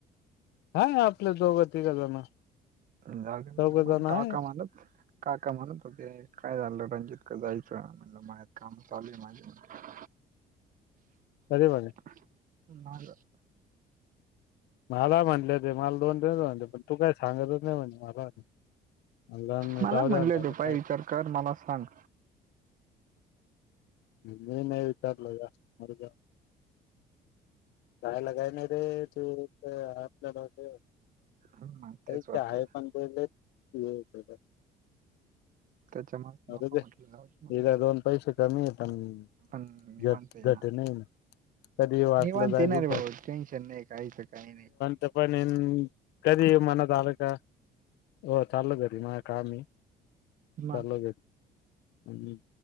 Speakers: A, on the left; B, on the right.
A: हा आपल दोघ, तिघ जण चौघ
B: जाऊदे म्हणत मग
A: जण
B: काका
A: हाय
B: म्हणत काका म्हणत होते काय झालं रंजित का जायचा आता माय माय काम चालू हाय माझ
A: कधी म्हणे
B: <unintelligible>
A: मला म्हटले ते मला दोन दिनस म्हणले पण तू काय सांगतच नाही म्हणे मला म्हणल मी
B: मला
A: जाऊदे
B: म्हणले
A: आता
B: होते
A: काय
B: पाय विचार कर मला सांग
A: मी नाही विचारलं का मरजा रायला काय नाही रे तू ते आपल्याला ते
B: मग
A: <unintelligible>
B: तेच होतं त्यांच्यामुळे
A: मरू
B: नको
A: दे
B: म्हटलं जाऊ दे म्हटलं
A: हिला
B: ते
A: दोन पैसे कमी आहे पण
B: पण निवांत
A: जट
B: ये
A: जटे
B: ना
A: नाही कधी वाटलं
B: निवाणते
A: जाय
B: येणार रे बाबा
A: पण
B: टेन्शन नाही काहीच काही नाही
A: तेपन कधी मनात आलं का हो चाल घरी मा काम ए
B: मग
A: चाललो घरी हम्म